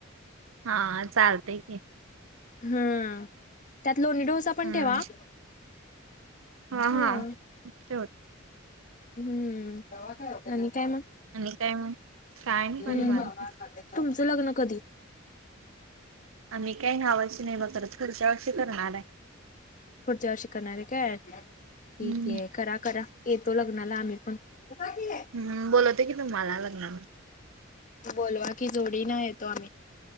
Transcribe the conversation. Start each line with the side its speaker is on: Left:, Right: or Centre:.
Right: हा चालतंय की.
Left: हम्म त्यात लोणी डोसा पण
Right: हम्म
Left: ठेवा.
Right: हा
Left: हम्म
Right: हा ते
Left: हम्म आणि काय मग
Right: आणि काय मग काय नाही
Left: हम.
Right: बघा निवांत
Left: तुमचं लग्न कधी?
Right: आम्ही काय यावर्षी नाही बा करत, पुढच्या वर्षी करणार आहे.
Left: पुढच्या वर्षी करणार आहे काय ठीक
Right: हम्म
Left: आहे करा करा येतो लग्नाला आम्ही पण. आता कि आहे <unintelligible>
Right: हम्म बोलवते की तुम्हाला लग्नाला.
Left: बोलवा की जोडी न येतो आम्ही.